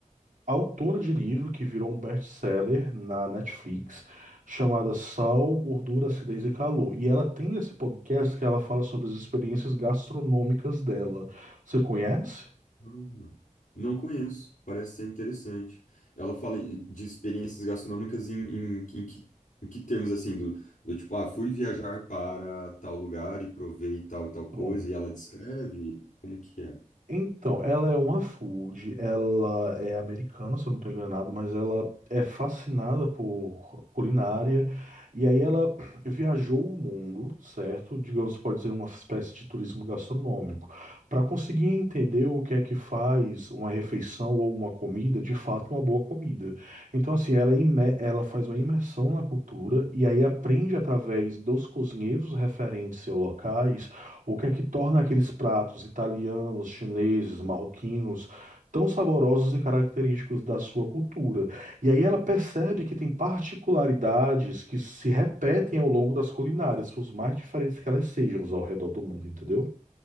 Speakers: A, on the right; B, on the left.
A: autora de livro que virou um best-seller na Netflix, chamada Sal, Gordura, Acidez e Calor. E ela tem esse podcast que ela fala sobre as experiências gastronômicas dela. Você conhece?
B: Hum, Não conheço, parece ser interessante. Ela fala de experiências gastronômicas em, em, em que, em que termos, assim, do, do tipo, ah, fui viajar para tal lugar e provei tal e tal coisa,
A: Pronto.
B: e ela descreve como que é.
A: Então, ela é uma food, ela é americana, se eu não estou enganado, mas ela é fascinada por culinária. E aí ela <clears throat> viajou o mundo, certo? Digamos, pode ser uma espécie de turismo gastronômico, para conseguir entender o que é que faz uma refeição ou uma comida, de fato, uma boa comida. Então, assim, ela, é imer- ela faz uma imersão na cultura e aí aprende através dos cozinheiros referentes locais o que é que torna aqueles pratos italianos, chineses, marroquinos tão saborosos e característicos da sua cultura? E aí ela percebe que tem particularidades que se repetem ao longo das culinárias, por mais diferentes que elas sejam ao redor do mundo, entendeu?